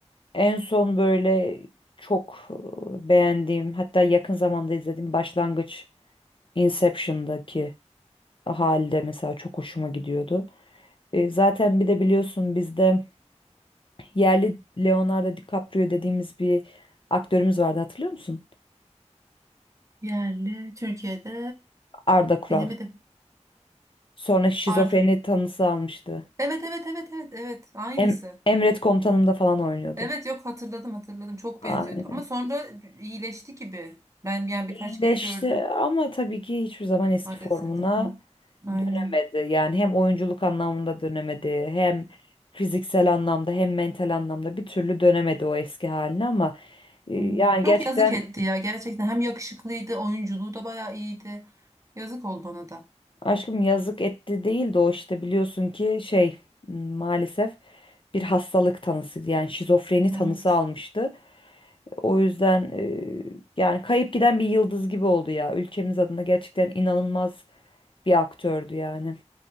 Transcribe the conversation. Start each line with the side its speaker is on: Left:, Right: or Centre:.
Left: En son böyle çok e, beğendiğim hatta yakın zamanda izlediğim Başlangıç Inception'daki halde mesela çok hoşuma gidiyordu. E, zaten bir de biliyorsun bizde yerli Leonardo DiCaprio dediğimiz bir aktörümüz vardı hatırlıyor musun?
Right: Yerli Türkiye'de
Left: Arda Kural.
Right: bilemedim.
Left: Sonra şizofreni
Right: Artık
Left: tanısı almıştı.
Right: evet evet evet evet evet aynısı.
Left: Em Emret Komutanım'da falan oynuyordu.
Right: Evet yok hatırladım hatırladım çok
Left: Aynen.
Right: benziyordu ama sonra iyileşti gibi. Ben yani
Left: İyileşti
Right: birkaç kere gördüm
Left: ama tabii ki hiçbir zaman eski
Right: magazinde
Left: formuna
Right: falan. Aynen.
Left: dönemedi. Yani hem oyunculuk anlamında dönemedi, hem fiziksel anlamda, hem mental anlamda bir türlü dönemedi o eski haline ama e, yani
Right: Evet. Çok
Left: gerçekten
Right: yazık etti ya gerçekten hem yakışıklıydı oyunculuğu da bayağı iyiydi. Yazık oldu ona da.
Left: aşkım yazık etti değil de o işte biliyorsun ki şey m, maalesef bir hastalık tanısıydı. Yani şizofreni tanısı
Right: Evet.
Left: almıştı. O yüzden e, yani kayıp giden bir yıldız gibi oldu ya. Ülkemiz adına gerçekten inanılmaz bir aktördü yani.